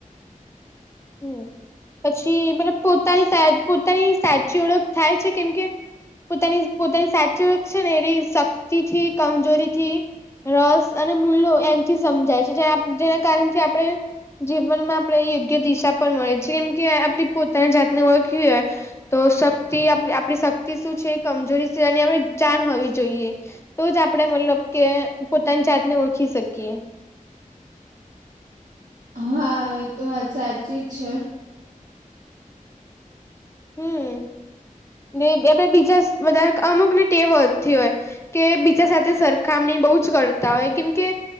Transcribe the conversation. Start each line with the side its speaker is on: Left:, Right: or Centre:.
Left: હમ પછી મતલબ પોતાની શાયદ પોતાની સાચી ઓળખ થાય છે કેમ કે પોતાની પોતાની સાચી ઓળખ છે ને એની શક્તિ થી કમજોરી થી રસ અને મૂલો એમથી સમજાય છે જેના કારણથી આપણે જીવનમાં આપણે યોગ્ય દિશા પણ મળે છે કેમ કે આપણે પોતાની જાતને ઓળખવી હોય તો શક્તિ આપણી આપણી શક્તિ શું છે કમજોરી શું એની આપણે જાન હોવી જોઈએ. તો જ આપણેે મતલબ કે પોતાની જાતને ઓળખી શકીએ.
Right: હા, એ તો વાત સાચી જ છે. <inaudible>
Left: હમ ને એટલે બીજા બધા અમુક ને ટેવ હો થી હોય કે બીજા સાથે સરખામણી બહુ જ કરતા હોય કેમકે